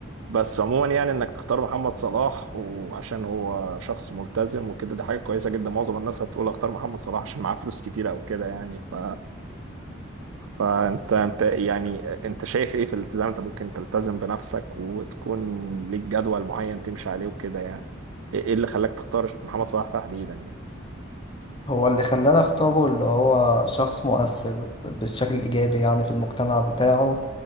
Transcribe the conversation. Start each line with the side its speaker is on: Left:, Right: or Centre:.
Right: بس عموما يعني انك تختار محمد صلاح وعشان هو شخص ملتزم وكده دي حاجة كويسة جدا معظم الناس هتقول اختار محمد صلاح عشان معاه فلوس كتير او كده يعني ف... فانت انت يعني انت شايف ايه في الالتزام انت ممكن تلتزم بنفسك وتكون ليك جدول معين تمشي عليه وكده يعني ايه إيه اللي خلاك تختار محمد صلاح تحديدا يعني
Left: هو اللي خلاني اختاره اللي هو شخص مؤثر بالشكل الإيجابي يعني في المجتمع بتاعه